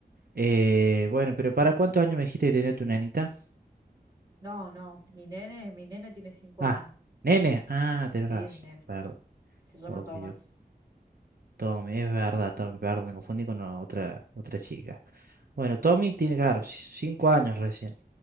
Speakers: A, on the right; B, on the right.
A: Eh, bueno, pero ¿para cuántos años me dijiste que tenía tu nenita?
B: No, no, mi nene, mi nene tiene 5
A: Ah,
B: años.
A: nene. Ah,
B: Sí,
A: tenés razón.
B: mi nene.
A: Perdón.
B: Se llama
A: Ok,
B: Tomás.
A: yo. Tommy, es verdad, Tommy, perdón, me confundí con o- otra, otra chica. Bueno, Tommy tiene, claro, ci- cinco años recién.